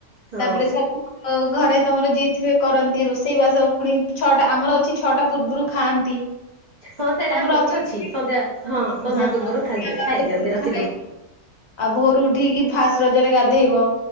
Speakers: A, on the right; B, on the left.
A: ହଁ
B: ତାପରେ ସବୁ ଅ ଘରେ ତମର ଯିଏ ଥିବେ କରନ୍ତି ରୋଷେଇ ବାସ ଫୁଣି ଛଅଟା ଆମର ଅଛି ଛଅଟା ପୂର୍ବରୁ ଖାଆନ୍ତି।
A: ହଁ ସେଇଟା
B: ତମର
A: ଆମର
B: ଅଛି
A: ବି
B: ବୋଲି
A: ସନ୍ଧ୍ୟା
B: ହଁ
A: ସନ୍ଧ୍ୟା
B: ହଁ
A: ପୂର୍ବରୁ
B: <unintelligible>
A: ଖାଇ ଖାଇଦିଅନ୍ତି
B: ପୂର୍ବରୁ
A: ରାତି
B: ଖାଇବୁ। ଆଉ ଭୋରୁ ଉଠିକି ଫାଷ୍ଟ ରଜରେ ଗାଧେଇବ।